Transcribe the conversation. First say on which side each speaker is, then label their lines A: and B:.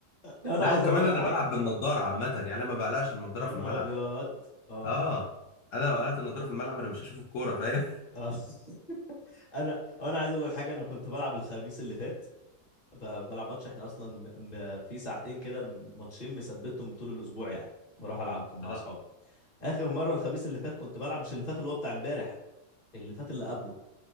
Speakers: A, on the left; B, on the left.
A: <laughs>
B: لو انا
A: لا
B: عايز
A: وكمان
B: اقول لك
A: انا
B: على حاجة
A: بلعب بالنضاره عامه يعني انا ما بقلقش النضاره
B: يا
A: في
B: نهار
A: الملعب
B: ابيض اه
A: اه انا
B: أمم.
A: لو قلقت النضاره في الملعب انا مش هشوف الكوره فاهم
B: اه <laughs> انا انا عايز اقول لك حاجة انا كنت بلعب الخميس اللي فات ب- بلعب ماتش احنا اصلا م... م... في ساعتين كده ماتشين مثبتهم طول الاسبوع يعني بروح العبهم مع
A: <laughs> اه
B: اصحابي اخر مره الخميس اللي فات كنت بلعب مش اللي فات اللي هو بتاع امبارح اللي فات اللي قبله